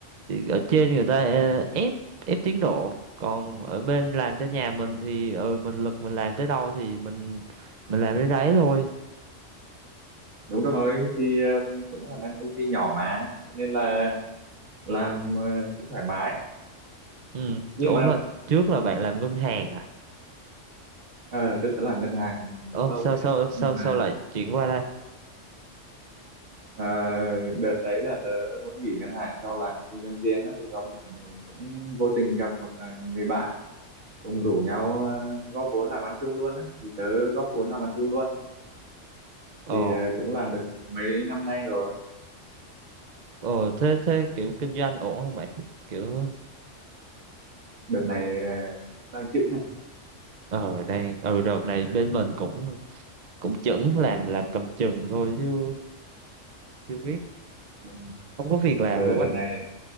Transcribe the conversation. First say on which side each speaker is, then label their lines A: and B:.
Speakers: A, on the right; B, on the right.
A: ở trên người ta ờ, ép ép tiến độ còn ở bên làm cho nhà mình thì ừ mình lực mình làm tới đâu thì mình mình làm tới đấy thôi
B: đúng rồi thì um, cũng là đang công ty nhỏ mà cho nên là làm uh, cũng thoải mái
A: ừ
B: nhưng
A: ủa
B: mà
A: mà trước là bạn làm ngân hàng à
B: ờ trước tớ làm ngân hàng
A: ồ
B: lâu
A: sao
B: phết
A: sao
B: đấy
A: sao
B: nhưng mà
A: sao lại chuyển qua đây
B: Ờ, đợt đấy là tớ muốn nghỉ ngân hàng sau làm kinh doanh riêng á, thì có một cũng vô tình gặp một ờ, người bạn cùng rủ nhau ờ, góp vốn làm ăn chung luôn á thì tớ góp vốn làm ăn chung luôn
A: ồ
B: thì ờ, cũng làm được mấy năm nay rồi
A: Ờ thế thế kiểu kinh doanh ổn không bạn? Kiểu
B: đợt này là đang chững này
A: ờ đây ờ đợt
B: đợt này
A: này bên mình cũng cũng chững làm làm cầm chừng thôi chứ chưa biết
B: đợt này,
A: không có việc làm
B: ờ,
A: luôn
B: đợt
A: ấy.
B: này